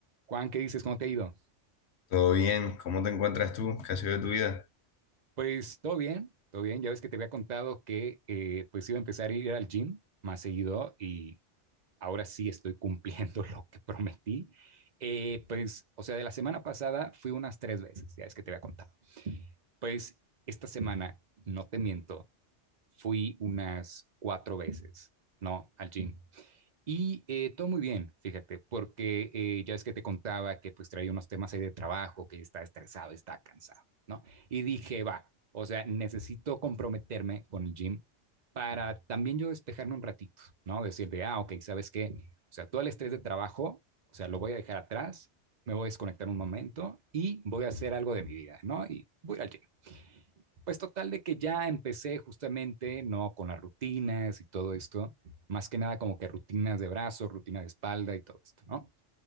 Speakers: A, on the right; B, on the left.
A: Juan, ¿qué dices? ¿Cómo te ha ido?
B: Todo bien, ¿cómo te encuentras tú? ¿Qué ha sido de tu vida?
A: Pues todo bien, todo bien. Ya ves que te había contado que eh, pues iba a empezar a ir al gym más seguido y ahora sí estoy cumpliendo <laughs> lo que prometí. Eh, pues, o sea, de la semana pasada fui unas tres veces, ya es que te había contado. Pues esta semana, no te miento, fui unas cuatro veces, ¿no? Al gym. Y eh, todo muy bien, fíjate, porque eh, ya es que te contaba que pues traía unos temas ahí de trabajo, que está estresado, está cansado, ¿no? Y dije, va, o sea, necesito comprometerme con el gym para también yo despejarme un ratito, ¿no? Decir de, ah, ok, ¿sabes qué? O sea, todo el estrés de trabajo, o sea, lo voy a dejar atrás, me voy a desconectar un momento y voy a hacer algo de mi vida, ¿no? Y voy al gym. Pues total de que ya empecé justamente, ¿no? Con las rutinas y todo esto, más que nada como que rutinas de brazos, rutina de espalda y todo esto, ¿no?